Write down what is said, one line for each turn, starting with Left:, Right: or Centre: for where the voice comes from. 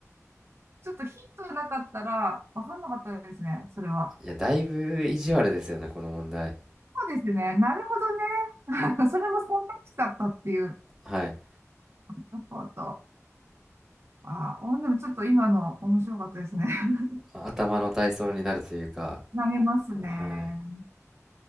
Right: ちょっとヒントなかったら、わかんなかったですね、それは。
Centre: いや、だいぶ意地悪ですよね、この問題。
Right: そうですね、なるほどね。<laughs> それも忖度しちゃったっていう。
Centre: はい。
Right: なるほど。あー、おでもちょっと今の面白かったですね。<laughs>
Centre: 頭の体操になるというか。
Right: 投げますね。
Centre: はい。